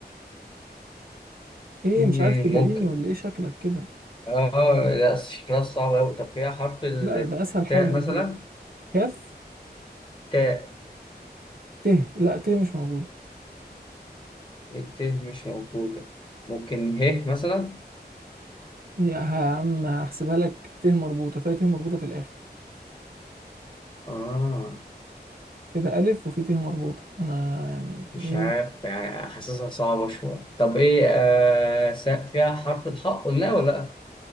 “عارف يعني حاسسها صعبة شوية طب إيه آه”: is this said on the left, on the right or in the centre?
Left